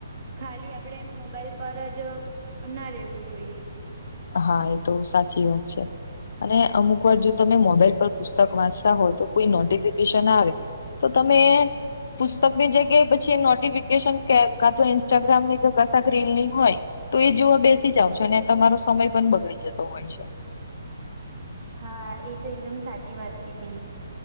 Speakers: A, on the right; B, on the left.
A: ખાલી આપડે મોબાઈલ પર જ ના રહેેવું જોઈએ.
B: હા એ તો સાચી વાત છે. અને અમુક વાર જો તમે મોબાઈલ પર પુસ્તક વાંચતા હોય તો કોઈ નોટિફિકેશન આવે. તો તમે પુસ્તકની જગ્યાએ પછી નોટિફિકેશન કાં તો ઇન્સ્ટાગ્રામ ની કે કશાક રીલની હોય. તો એ જોવા બેસી જાવ છો અને તમારો સમય પણ બગડી જતો હોય છે.
A: હા એ તો એકદમ સાચી વાત કીધી,